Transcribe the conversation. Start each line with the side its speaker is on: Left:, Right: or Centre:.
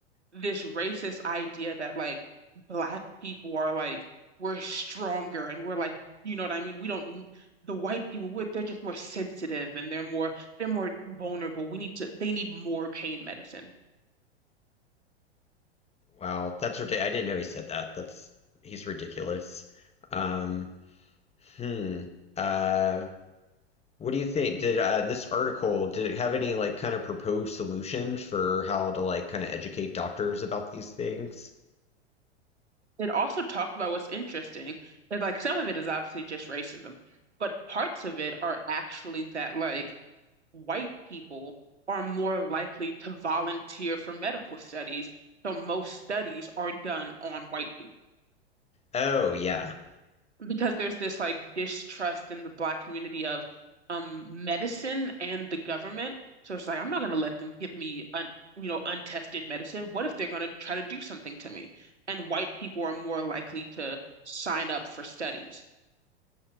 Right: this racist idea that like black people are like we're stronger and we're like you know what I mean. We don't n- the white people would they're just more sensitive and they're more they're more vulnerable. We need to they need more pain medicine.
Left: Wow, that's ridiculous. I didn't know he said that. That's he's ridiculous. Um, hmm. Uh, What do you think? Did uh, this article, did it have any like kind of proposed solutions for how to like kind of educate doctors about these things?
Right: it also talked about what's interesting is like some of it is obviously just racism, but parts of it are actually that like white people are more likely to volunteer for medical studies. So most studies are done on white people
Left: Oh yeah.
Right: because there's this like distrust in the black community of um medicine and the government. So it's like I'm not going to let them give me un you know untested medicine. What if they're going to try to do something to me? And white people are more likely to sign up for studies.